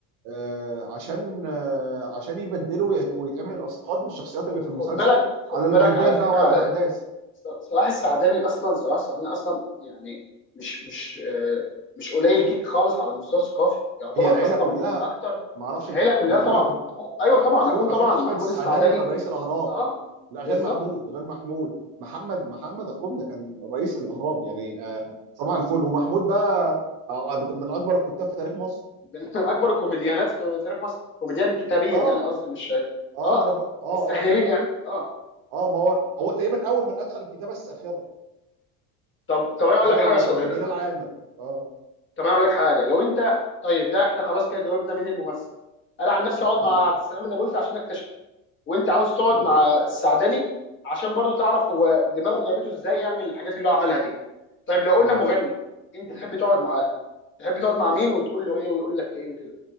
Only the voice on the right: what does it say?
آه، عشان آه، عشان يبدله ويت- ويتعمل الاسقاط بالشخصيات
اللي في
المسلسل
على البلدان
بقى وعلى الاحداث
هي العيله
كلها
ما اعرفش
ما انا
بقول لك
اخوه
اخوه محمد
السعداني
كان رئيس الاهرام
لا غير
محمود غير محمود محمد محمد اخوهم ده كان رئيس الاهرام يعني آه صباح الفل ومحمود بقى آه بت- من اكبر الكتاب في تاريخ مصر
اه
اه
ما انا بق... اه
اه اه
اه ما هو هو تقريبا اول من ادخل الكتابه الساخره
هو
و- وجلال عامر اه
م-
م-
م.